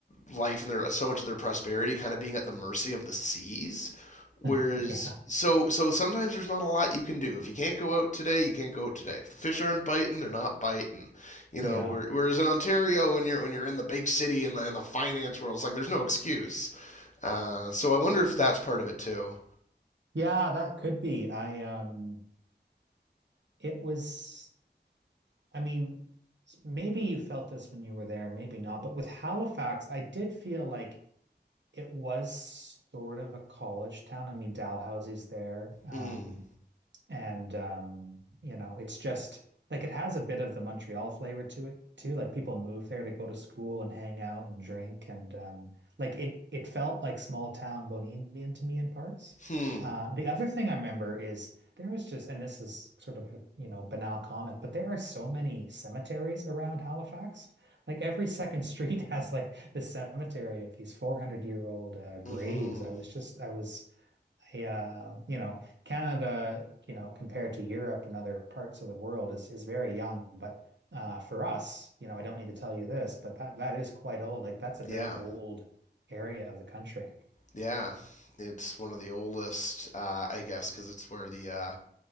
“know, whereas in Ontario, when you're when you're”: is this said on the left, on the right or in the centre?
Left